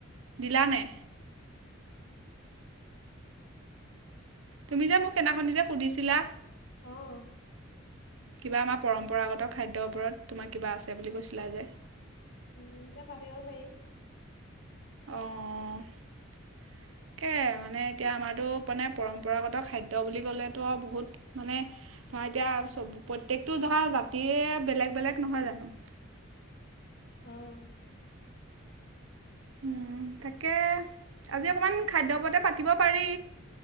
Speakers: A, on the right; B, on the left.
A: দিলা নাই তুমি যে মোক সেইনাখনি যে সুধিছিলা
B: অহ
A: কিবা আমাৰ পৰম্পৰাগত খাদ্যৰ ওপৰত তোমাৰ কিবা আছে বুলি কৈছিলা যে
B: উম এতিয়া পাতিব পাৰি
A: অ তাকে মানে এতিয়া আমাৰতো মানে পৰম্পৰাগত খাদ্য বুলি কলেতো বহুত মানে ধৰা এতিয়া প্ৰত্যেকটো ধৰা জাতিয়ে বেলেগ বেলেগ নহয় জানো
B: উম
A: উম তাকে আজি অকণমান খাদ্য উপৰতে পাতিব পাৰি